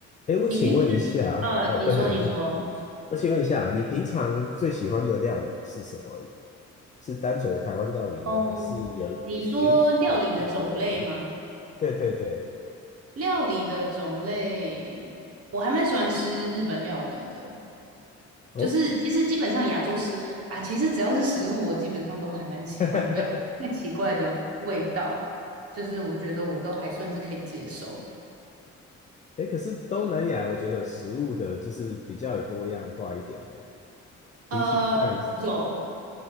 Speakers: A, on the left; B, on the right.
A: 哎，我请问一下，
B: 你平时，呃，
A: 哦，
B: 你说，
A: 对对对，
B: 你说，
A: 我请问一下啊，你平常最喜欢的料理是什么？是单纯的台湾料理呢，
B: 嗯，
A: 还是有一有一款异国的？
B: 你说料理的种类吗？
A: 对对对，
B: 料理的种类，我还蛮喜欢吃日本料理的，
A: 哦，
B: 就是其实基本上亚洲食啊，其实只要是食物，我基本上都还蛮喜欢，
A: <laughs>
B: 不要太奇怪的味道，就是我觉得我都还算是可以接受。
A: 哎可是东南亚，我觉得食物的就是比较有多样化一点的，比起像
B: 呃，有，